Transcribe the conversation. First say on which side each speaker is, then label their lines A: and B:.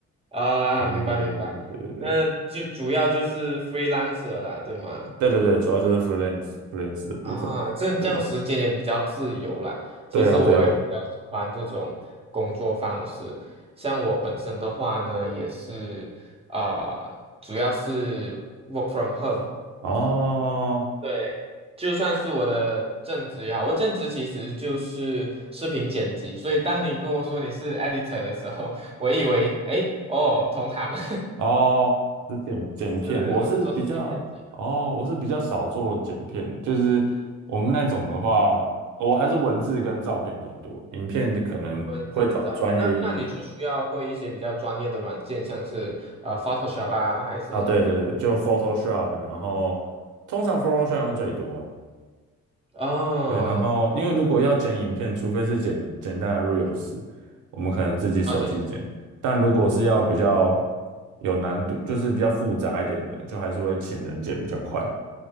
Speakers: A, on the right; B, on the right.
A: 啊，
B: 对对对对对对对对对
A: 明白明白，那就主要就是 freelancer 啦，对吗？
B: 对对对，主要就是 freelance freelance 的部分。
A: 啊，这这样时间也比较自由啦。
B: 对对
A: 其实我也比较喜欢这种工作方式。
B: 对啊对啊，
A: 像我本身的话呢，也是啊、呃主要是 work from home。
B: 哦。
A: 对，就算是我的正职也好，我正职其实就是视频剪辑，所以当你跟我说你是 editor 的时候，我以为，哎，哦，同行，<laughs>
B: 哦，是剪剪片，
A: 是，
B: 我是比较哦，
A: 我是做视频剪辑的，
B: 我是比较少做剪片，就是我们那种的话，我还是文字跟照片比较多，影片的可能会找专业一点。
A: 文字跟照片，那那你就需要会一些比较专业的软件，像是呃 Photoshop 啊，还是
B: 啊，对对对，就 Photoshop，然后通常 Photoshop 用最多啊。
A: 哦，
B: 对，然后因为如果要剪影片，除非是剪简单的 Reels，我们可能自己手机剪，
A: 了解了，
B: 但如果是要比较有难度，就是比较复杂一点的，就还是会请人剪比较快。